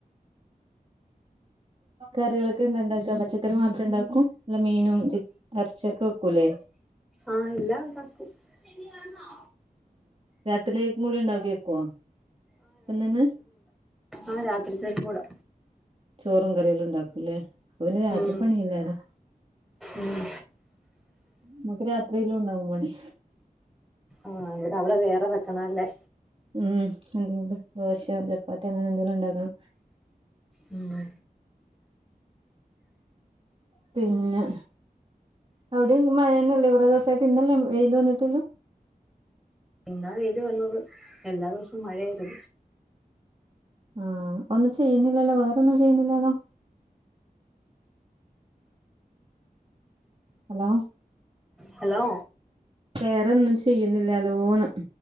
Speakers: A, on the right; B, in the centre.
A: കറികളൊക്കെ എന്താ ഇണ്ടാക്ക പച്ചക്കറി മാത്ര ഇണ്ടാക്ക ഉം മീനും ചി ഇറച്ചൊക്കെ വെക്കൂല്ലേ
B: ആഹ് എല്ലാം ഉണ്ടാക്കു <unintelligible>
A: രാത്രിയെക്കും കൂടി ഉണ്ടാക്കി വക്കുവോ ഇപ്പത്തന്നെ
B: ആ രാതൃത്തേക്കും കൂടെ
A: ചോറും കറിയെല്ലാം ഉണ്ടാക്കൂല്ലേ അപ്പ പിന്നെ രാത്രി
B: ഉം
A: പണിയല്ലാലൊ
B: ഉം
A: നമുക്ക് രാത്രിയിലും ഉണ്ടാവും പണി
B: ആഹ് ഇവിടെ അവിടെ വേറെ വെക്കണല്ലേ
A: മ്മ്ഹ്. അതുകൊണ്ട് ദോശ്യോ. ചപ്പാത്തി അങ്ങനെ എന്തെലുണ്ടാക്കണം.
B: മ്മ്
A: പിന്നെ അവിടേം മഴന്നല്ലേ. കുറെേ ദിവസയിട്ട് ഇന്നന്നെ വെയില്. വന്നിട്ടല്ലോ.
B: ഇന്നാ വെയില് വന്നത്. എല്ലാ ദിവസവും മഴയേര്ത്.
A: ആഹ. ഒന്നും ചെയ്യിന്നില്ലല്ലോ. വേറൊന്നും ചെയ്യുന്നില്ലാല്ലോ? Hello
B: hello.
A: വേറെന്നു ചെയ്യുന്നില്ലലോന്ന്.